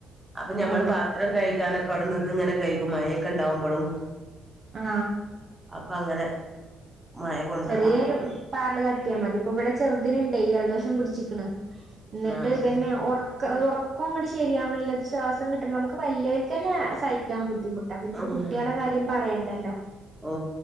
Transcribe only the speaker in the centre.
അപ്പൊ ഞമ്മൾ
പാത്രം കഴിക്കാനൊക്കെ അവിടെ നിന്ന് ഇങ്ങനെ കൈകുംമായ ഒക്കെണ്ടാവുമ്പോളും
അപ്പൊ അങ്ങനെ മഴ കൊണ്ടതാ
ആഹ്
ഉം
ഓ